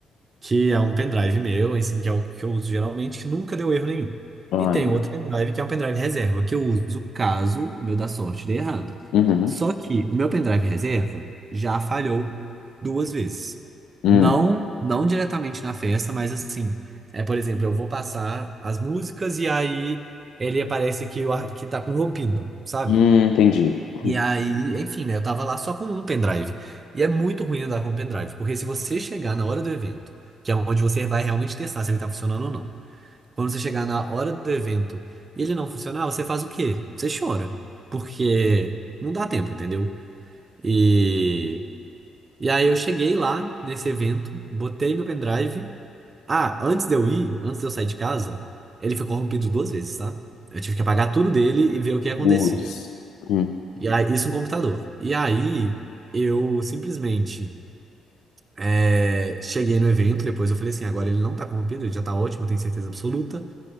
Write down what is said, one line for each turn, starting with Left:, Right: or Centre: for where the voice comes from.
Right: que é um pendrive meu, assim, que é o que eu uso geralmente, que nunca deu erro nenhum.
Left: Ai,
Right: E tem
Left: meu
Right: outro
Left: Deus.
Right: pendrive que é um pendrive reserva, que eu uso caso o meu da sorte dê errado.
Left: Uhum,
Right: Só que o meu pendrive reserva já falhou duas vezes.
Left: hum,
Right: Não, não diretamente na festa, mas assim, é, por exemplo, eu vou passar as músicas e aí ele aparece que, o ar- que tá corrompido, sabe?
Left: hum, entendi.
Right: E
Left: Hum,
Right: aí, enfim, né? Eu tava lá só com um pendrive. E é muito ruim andar com um pendrive, porque se você chegar na hora do evento, que é onde você vai realmente testar se ele tá funcionando ou não, quando você chegar na hora do evento e ele não funcionar, você faz o quê? Você chora, porque não dá tempo, entendeu? E, e aí eu cheguei lá nesse evento, botei meu pendrive. Ah, antes de eu ir, antes de eu sair de casa, ele foi corrompido duas vezes, tá? Eu tive que apagar tudo dele e ver o que acontecia.
Left: Putz. Hum.
Right: E aí, isso no computador. E aí eu simplesmente é, cheguei no evento, depois eu falei assim, agora ele não tá corrompido, ele já tá ótimo, eu tenho certeza absoluta.